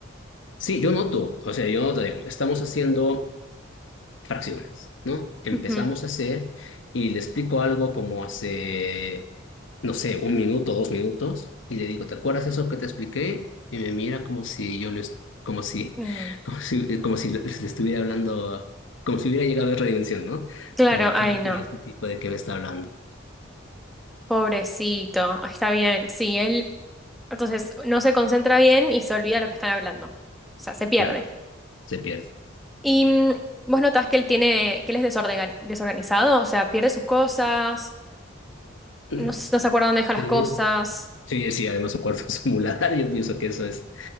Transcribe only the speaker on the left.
Sí, yo noto, o sea, yo noto, digamos, estamos haciendo fracciones, ¿no? Empezamos
a hacer y le explico algo como hace, no sé, un minuto, dos minutos, y le digo, ¿te acuerdas eso que te expliqué? Y me mira como si yo le, es- como si,
<laughs> como si, como si le le estuviera hablando, como si hubiera llegado a otra dimensión, ¿no?
Como si, ¿qué
y este tipo de que me está hablando?
Claro, se pierde.
<clears throat>
Sí,
sí, sí, además su cuerpo <laughs> es un muladar, yo pienso que eso es.